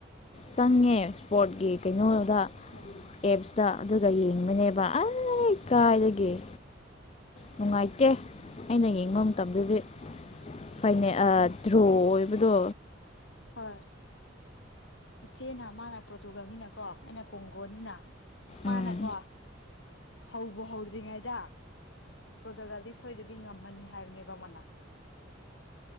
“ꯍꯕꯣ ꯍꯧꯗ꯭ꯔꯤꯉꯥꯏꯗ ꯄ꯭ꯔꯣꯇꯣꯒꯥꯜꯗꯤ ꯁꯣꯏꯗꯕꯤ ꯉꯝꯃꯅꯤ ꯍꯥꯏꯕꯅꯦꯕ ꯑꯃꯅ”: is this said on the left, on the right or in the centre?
Left